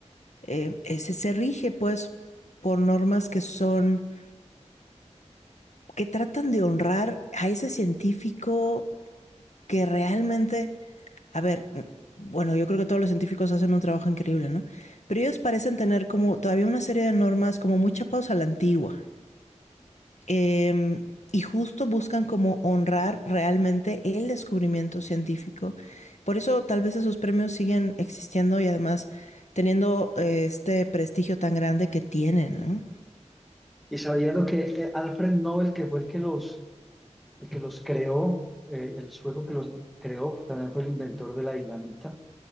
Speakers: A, on the left; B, in the centre.
A: eh, ese, se rige pues por normas que son, que tratan de honrar a ese científico que realmente, a ver, mm, bueno, yo creo que todos los científicos hacen un trabajo increíble, ¿no? Pero ellos parecen tener como todavía una serie de normas como muy chapados a la antigua. Em, y justo buscan como honrar realmente el descubrimiento científico. Por eso tal vez esos premios siguen existiendo y además teniendo eh, este prestigio tan grande que tienen, ¿no?
B: Y sabiendo que eh, Alfred Nobel, que fue el que los, el que los creó, eh, el sueco que los creó, pues, también fue el inventor de la dinamita.